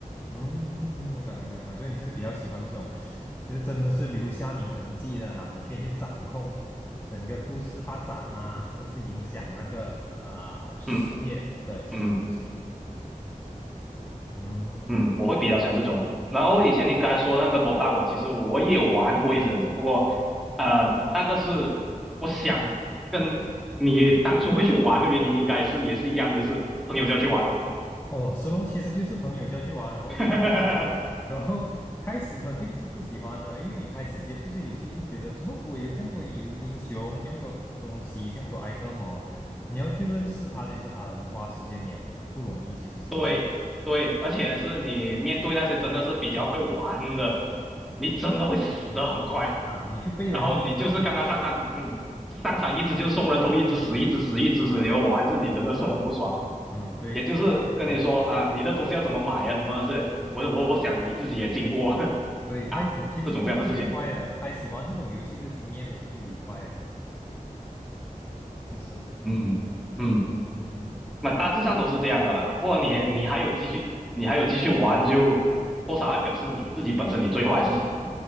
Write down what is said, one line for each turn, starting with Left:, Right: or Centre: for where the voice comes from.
Left: 嗯，明白明白明白。所以你是比较喜欢这种，就是真的是留下你痕迹的哈，你可以去掌控整个故事发展啊，甚至是影响那个呃世界的这种东西。
Centre: 嗯嗯。
Left: 嗯，
Centre: 嗯，我会比较喜欢这种。然后以前你刚才说的那个 DOTA，我其实我也有玩过一阵子，不过，呃，那个是我想跟你当初会去玩的原因，应该是也是一样的，就是朋友叫去玩哦。
Left: 哦，石龙其实就是朋友叫去玩，然后自己玩了，
Centre: <laughs>
Left: 然后开始肯定是不喜欢的，因为你开始接触这游戏，一定觉得什么鬼，有这样多有英雄，这样多东西，这样多 item 哦，你要去认识他，其实很花时间，也不容易，其实是不是
Centre: 对对，而且是你面对那些真的是比较会玩的，你真的会死的很快。
Left: 啊？你就被人虐了哈，
Centre: 然后你就是刚刚上场，嗯，上场一直就送人头，一直死，一直死，一直死，你会玩着你真的是很不爽。
Left: 嗯，对，
Centre: 也就是跟你说啊，
Left: 就是被人虐，
Centre: 你的东西要怎么买啊，什么是，我我我想你自己也经过 <laughs>
Left: 对，开始其实都不愉快的，
Centre: 啊这种这样的事情，
Left: 开始玩这种游戏的经验都是不愉快的，是不是？
Centre: 嗯嗯，
Left: 嗯，
Centre: 那大致上都是这样的啦。不过你你还有继续，你还有继续玩就，多少要表示你自己本身你最后还是喜欢。